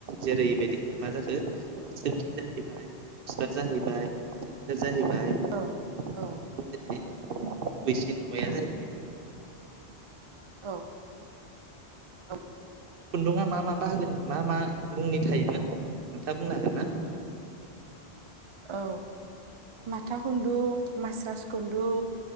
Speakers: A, on the right; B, on the right.
A: जेरैबायदिहाय मा जाखो <unintelligible> <unintelligible> जाहैबाय जेन्थोर जाहैबाय आरो
B: औ औ
A: लोगोसे गुबैसिन मुवाया जाहैबाय <unintelligible>
B: औ औ
A: खुन्दुंङा मा मा बाहागोनि मा मा मुंनि थायोमोन नोंथाङा बुंनो हागोन ना?
B: औ माथा खुन्दुं मास्रास खुन्दुं